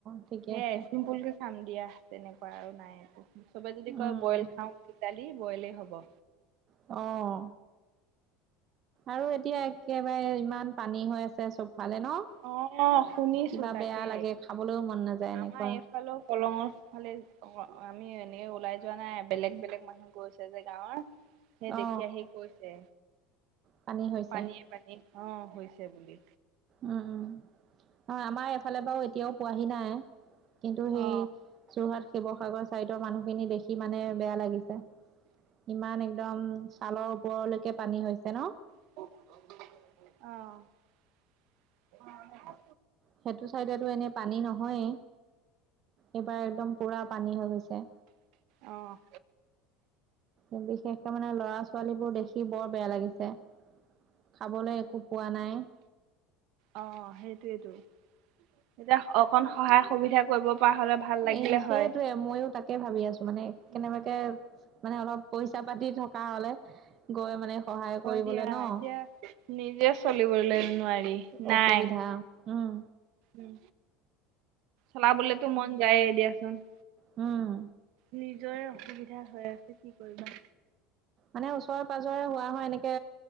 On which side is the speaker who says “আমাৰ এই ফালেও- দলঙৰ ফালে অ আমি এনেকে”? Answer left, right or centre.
Right